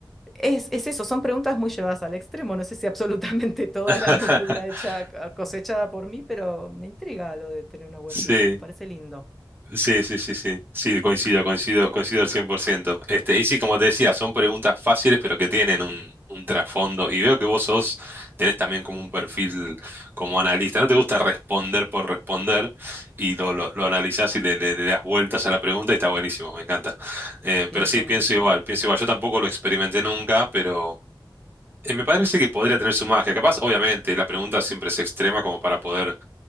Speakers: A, in the centre; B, on the right.
A: Es, es eso, son preguntas muy llevadas al extremo. No sé si absolutamente <laughs> toda
B: <laughs>
A: la verdura hecha, ah, cosechada por mí, pero me intriga lo de tener una huertita.
B: Sí.
A: Me parece lindo.
B: Sí, sí, sí, sí, sí, coincido, coincido, coincido al cien por ciento Este, y sí, como te decía, son preguntas fáciles, pero que tienen un, un trasfondo. Y veo que vos sos, tenés también como un perfil como analista. No te gusta responder por responder y lo, lo, lo analizás y le, le- le das vueltas a la pregunta y está buenísimo, me encanta. Eh,
A: Pienso
B: pero sí, pienso
A: mucho.
B: igual, pienso igual. Yo tampoco lo experimenté nunca, pero eh, me parece que podría tener su magia. Capaz, obviamente, la pregunta siempre es extrema como para poder